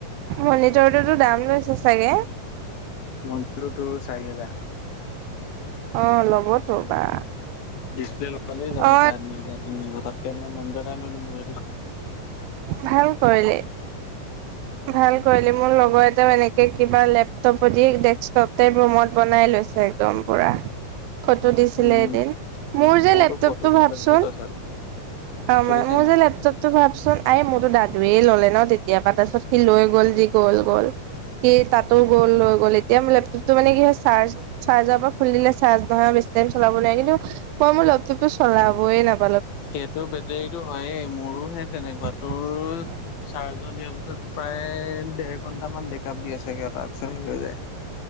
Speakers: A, on the right; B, on the left.
A: মনিটৰটোতো দাম লৈছে চাগে?
B: মনিটৰটো চাৰি হোজাৰ।
A: অ', ল'বতো বা।
B: ডিচপ্লে লগালেই যাব
A: অ
B: চাৰে তিনি হাজাৰ তিনি হাজাৰ, তাতকে মই মনিটৰ এটাই লৈ ল'লো এইটো
A: ভাল কৰিলি ভাল কৰিলি, মোৰ লগ লগৰ এটাও এনেকে কিবা লেপটপেদি ডেস্কটপ তাইপ ৰুমত বনাই লৈছে একদম পুৰা। ফটো দিছিলে
B: উম
A: এদিন, মোৰ যে
B: মই
A: লেপটপটো
B: তোক ফটো দি
A: ভাবচোন
B: থৈ দিছোঁ তই চাবি
A: আমা
B: চলিছে
A: মোৰ
B: নাই
A: যে লেপটপ টো ভাবচোন। এই মোৰতো দাদুৱে ল'লে ন' তেতিয়াপা, তাপিছত সি লৈ গ'ল যি গ'ল গ'ল। সি তাতো গ'ল লৈ গ'ল, এতিয়া মো লেপটপটো মানে কি হয়, চাৰ্জ চাৰ্জাপা খুলি দিলে চাৰ্জ নহয় বেছি বেটেৰী চলাবলৈ আনিলো মই মোৰ লেপটপটো চলাবয়ে নাপ
B: সেইটো বেটেৰীটো হৈয়ে মোৰো হে তেনেকুৱাতো
A: <inaudible>
B: চাৰ্জত দিয়াৰ পিছত প্ৰায় দেৰ ঘন্টামান বেকআপ দিয়ে চাগে তাৰ পিছত হেৰি হৈ যায়।